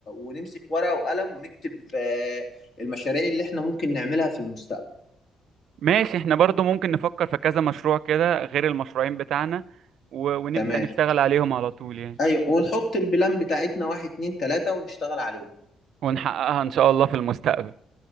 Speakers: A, on the left; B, on the right.
A: ونمسك ورقه وقلم ونكتب آه، المشاريع اللي احنا ممكن نعملها في المستقبل
B: ماشي احنا برضو ممكن نفكر في كذا مشروع كده غير المشروعين بتاعنا و- ونبدا
A: تمام
B: نشتغل عليهم على طول يعني
A: ايوه ونحط البلان بتاعتنا واحد اتنين تلاته ونشتغل عليهم
B: ونحققها إن شاء الله في المستقبل